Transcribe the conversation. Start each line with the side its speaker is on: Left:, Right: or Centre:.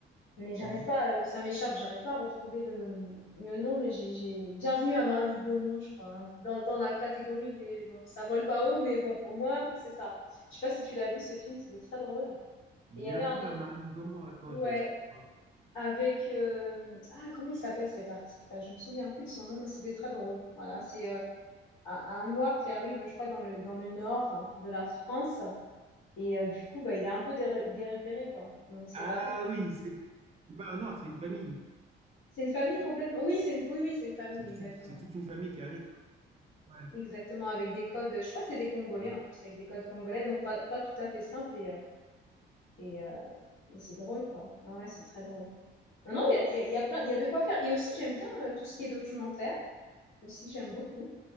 Left: Mais j'arrive
Right: Mm-hmm.
Left: pas, euh, ça m'échappe, j'arrive pas à retrouver le, le nom, mais j'ai, j'ai... Bienvenue à Marly Gaumont, je crois, hein, dans, dans la catégorie des... Bon, ça vole pas haut, mais bon, au moins, c'est ça. Je sais pas si tu l'as vu, ce film, c'était très drôle.
Right: Bienvenue
Left: Et il y avait un autre...
Right: à Marie Gaumont. Attends,
Left: Ouais,
Right: je vais essayer. de voir.
Left: avec... euh, Ah, comment il s'appelle cet artiste-là? Je me souviens plus de son nom, mais c'était très drôle. Voilà, c'est euh, un, un noir qui arrive, je crois, dans le, dans le nord de la France. Et euh, du coup, bah, il est un peu déré- dérépéré, quoi. Donc, c'est
Right: Ah
Left: pas... top.
Right: oui, c'est c'est pas un ordre, c'est une famille.
Left: C'est une famille complètement... Oui, c'est une... oui, oui, c'est une famille,
Right: C'est tout-
Left: exactement.
Right: c'est toute une famille qui arrive. Ouais.
Left: Exactement, avec des codes, je crois que c'est des Congolais
Right: Ouais.
Left: en plus, avec des codes congolais, donc pas, pas tout à fait simple et, euh, et, euh, et c'est drôle quoi. Ouais, ouais, c'est très drôle. Non, non, il y a, il y a, il y a plein, il y a de quoi faire. Et aussi, j'aime bien euh, tout ce qui est documentaire, aussi, j'aime beaucoup.